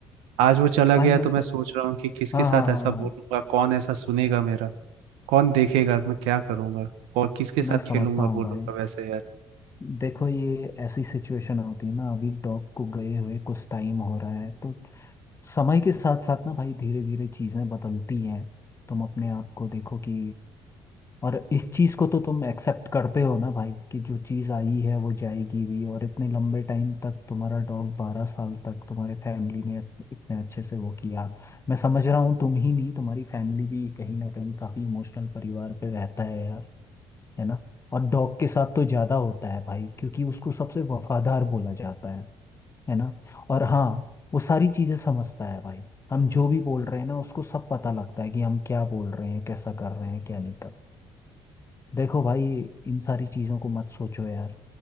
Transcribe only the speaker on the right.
आज वो चला
गया
तो
मैं सोच रहा हूँ
कि किसके साथ
ऐसा
बोलूंगा
कौन ऐसा सुनेगा मेरा कौन देखेगा मैं क्या करूंगा और किसके साथ
खेलूंगा
बोलूंगा
वैसे यार